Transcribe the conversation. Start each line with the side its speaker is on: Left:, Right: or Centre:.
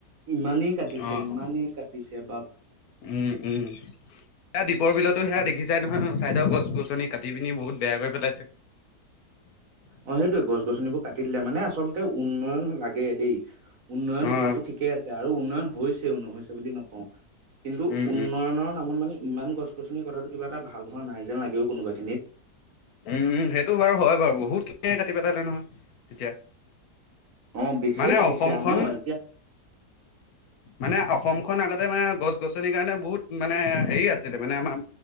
Right: ইমানেই কাটিছে
Left: অ
Right: ইমানেই
Left: অ
Right: কাটিছে বা
Left: উম উম সেয়া দ্বীপৰ বিলতো সেয়া দেখি যাই নহয় চাইদৰ গছ গছনি কাট কাটি পিনি বহুত বেয়া কৰি পেলাইছে।
Right: অ সেইটোয়ে গছ গছনিবোৰ কাটি দিলে মানে আচলতে উন্নয়ন লাগে দেই। উন্নয়ন
Left: অ', উম,
Right: হোৱাটো ঠিকেই আছে আৰু উন্নয়ন হৈছেও নহৈছে বুলি নকওঁ। কিন্তু
Left: উম,
Right: উন্নয়নৰ নামত মানে ইমান গছ গছনিৰ কতাটো কিবা এটা ভাল হোৱা নাই যেন লাগিব কোনোবা খিনিত।
Left: উম উম সেইটো বাৰু হয় বাৰু বহুতখিনিয়ে কাটি পেলালে নহয় এতিয়া।
Right: অ বেছিয়ে
Left: মানে
Right: কাটিছে
Left: অসমখন
Right: আহ ন এতিয়া
Left: মানে অসমখন আগতে মানে গছ গছনিৰ কাৰণে বহুত মানে হেৰি আছিলে মানে আমাৰ